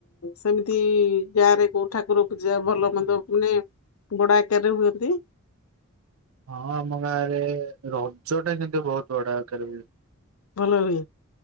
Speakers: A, on the left; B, on the right.
A: ସେମିତି ଗାଁରେ କୋଉ ଠାକୁର ପୂଜା ଭଲ ମନ୍ଦ ହୁଏ ବଡ଼ ଆକାରରେ ହୁଅନ୍ତି।
B: ହଁ ଆମ ଗାଁରେ ରଜ ଟା କିନ୍ତୁ ବହୁତ ବଡ଼ଆକାର ରେ ହୁଏ।
A: ଭଲ <inaudible>